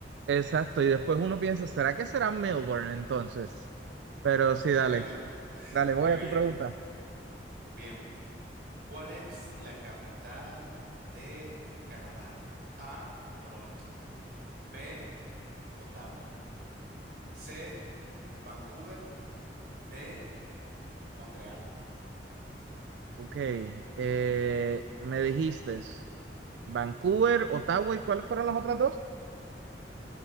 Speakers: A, on the right; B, on the right.
A: exacto. Y después uno piensa, ¿será que será Melbourne entonces? Pero sí, dale.
B: <laughs>
A: Dale,
B: Muy
A: voy a
B: bien.
A: tu pregunta.
B: Bien. ¿Cuál es la capital de Canadá? A, Toronto. B, Ottawa. C, Vancouver. D, Montreal.
A: Ok, eh, me dijiste Vancouver, Ottawa, ¿y cuáles fueron las otras dos?